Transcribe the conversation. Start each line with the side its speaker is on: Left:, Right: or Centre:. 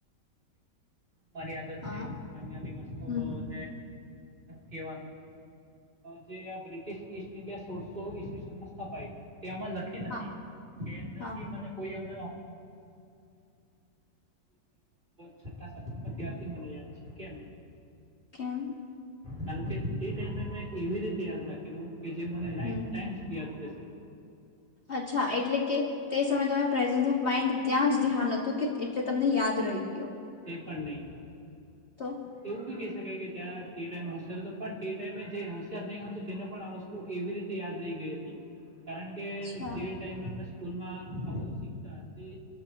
Right: મારી આદત
Left: હા
Right: છે એ નાની નાની વસ્તુઓને
Left: હમ
Right: કવાનું જે બ્રિટિશ ઈસ્ટ ઇન્ડિયા સોળસો ઈ સમસ્ પ તે આમાં લખી નથી
Left: હા
Right: કે નથી
Left: હા
Right: મને કોઈ ીું છાત મને છે કે
Left: કેમ
Right: કારણ કે તે ટાઈમે મેં એવી રીતે યાદ રાખેલું કે જે મને લાઈફ
Left: હમ
Right: ટાઈમ પશે
Left: અચ્છા એટલે કે તે સમયે તમે પ્રેઝન્સ ઓફ માઈન્ડ ત્યાં જ ધ્યાન હતું કે એટલે તમને યાદ રહી ગયો
Right: પંહી
Left: તો
Right: એવું બી કે ત્યાં તે ટાઈમે હોશિયાર હતો પણ તે ટાઈમે જે હોશયાર નહી હતું તેને પણ આ વસ્તુ એવી રીતે યાદ રહી ગઈ હતી કારણ કે
Left: અચ્છા
Right: જે ટાઈમે અમે સ્કૂલમાં અિકતા તે